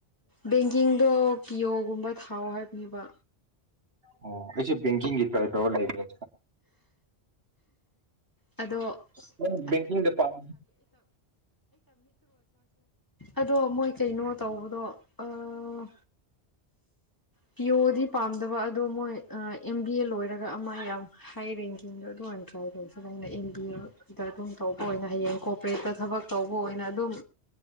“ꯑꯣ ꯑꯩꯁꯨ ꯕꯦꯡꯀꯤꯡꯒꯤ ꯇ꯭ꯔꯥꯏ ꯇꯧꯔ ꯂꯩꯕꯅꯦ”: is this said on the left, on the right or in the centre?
Right